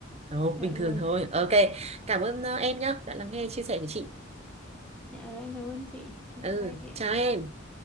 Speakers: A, on the right; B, in the centre.
A: Đâu,
B: dạ
A: bình
B: rồi
A: thường thôi ok cảm ơn ờ, em nhá đã lắng nghe chia sẻ của chị
B: dạ rồi em cảm ơn chị dạ
A: ừ
B: bye chị ạ
A: chào em